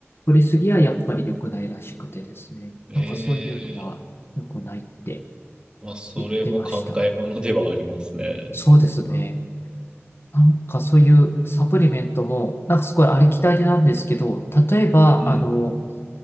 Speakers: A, on the left; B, on the right.
A: 取りすぎはやっぱり良くないらしくてですね。
B: ええ
A: なんかそういうのは良くないって
B: ーまあ、それも考えものではありますね。
A: 言ってました。そうですね。なんかそういうサプリメントも、なんかすごいありきたりなんですけど、例えば、
B: うん。
A: あの、